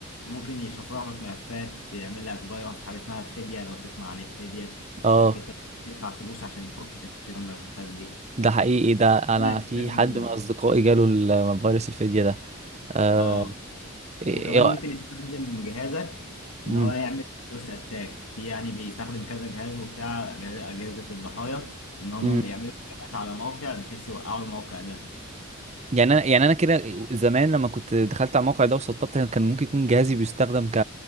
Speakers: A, on the left (about 80°); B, on the right (about 30°).
A: ممكن يشفر لك ملفات يعمل لك فيروس حاجه اسمها فديه لو تسمع عن الفديه
B: اه
A: انك انت تدفع فلوس عشان يفك تشفير الملفات دي
B: ده حقيقي ده انا
A: هنا يستخدم
B: في حد من اصدقائي جاله الفيروس الفدية ده آه...
A: اه
B: إيه...
A: وكمان
B: إيه...
A: ممكن يستخدم جهازك
B: مم.
A: ان هو يعمل دوس اتاك في يعني بيستخدم كذا جهاز وبتاع اجهزه الضحايا ان هم
B: مم.
A: يعملوا هجمات على موقع بحيث يوقعوا الموقع ده
B: يعني انا يعني انا كده زمان لما كنت دخلت على الموقع ده وسطبت كان ممكن يكون جهازي بيستخدم ك